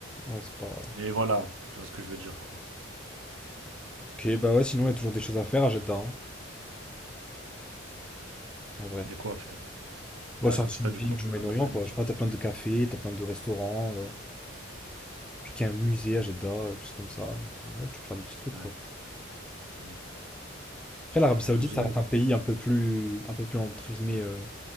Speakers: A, in the centre; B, on the right.
A: ouais, c'est pas.
B: mais voilà, tu vois ce que je veux dire, quoi.
A: Ok, bah ouais, sinon il y a toujours des choses à faire à Jeddah, hein, en vrai.
B: Il y a quoi à faire?
A: Bon,
B: Là,
A: ça
B: comme
A: reste
B: ça,
A: une ville
B: du coup,
A: du Moyen-Orient,
B: à l'après-midi.
A: quoi. Je sais pas, t'as plein de cafés, t'as plein de restaurants. euh, Je crois qu'il y a un musée à Jeddah, euh, quelque chose comme ça. Donc euh, ouais, tu peux faire des petits trucs,
B: Ouais.
A: quoi.
B: Mm.
A: Après, l'Arabie Saoudite,
B: 12
A: ça
B: heures.
A: reste un pays un peu plus, un peu plus entre guillemets euh,